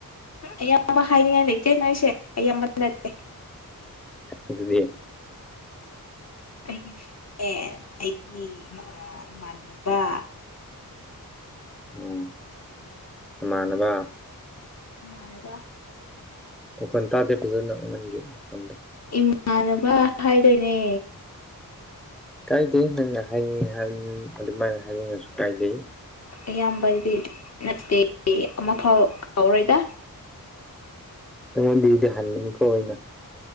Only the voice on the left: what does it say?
ꯑꯌꯥꯝꯕ ꯍꯥꯏꯅꯤꯡꯉꯥꯏ ꯂꯩꯇꯦ ꯅꯣꯏꯁꯦ ꯑꯌꯥꯝꯕꯅ ꯅꯠꯇꯦ
ꯑꯩꯒꯤ ꯐꯔ‌ꯦꯟ ꯅ‌ꯦ ꯑꯩꯒꯤ ꯑꯥ ꯏꯃꯥꯟꯅꯕ
ꯏꯃꯥꯟꯅꯕ
ꯏꯃꯥꯟꯅꯕ ꯍꯥꯏꯗꯣꯏꯅꯦ
ꯏꯌꯥꯝꯕꯗꯤ ꯅꯠꯇꯦ ꯑꯃꯐꯥꯎ ꯀꯥꯎꯔꯣꯏꯗ